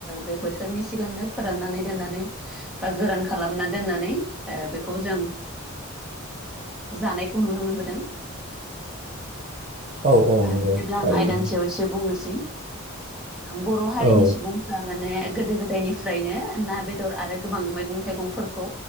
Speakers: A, in the centre; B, on the right.
A: बे बोथोरनि सिगांनो फोराननानै दोननानै बा गोरान खालामनानै दोननानै बेखौ खौ जों जानायखौ नुनो मोनबोदों
B: औ औ नंगौ
A: बिदिब्ला
B: थारैनो
A: आं आयदानसेयाव एसे बुंनोसै बर' हारिनि
B: औ
A: सुबुं माने गोदो गोदायनिफ्रायनो ना बेदर आरो गोबां मैगं थाइगंफोरखौ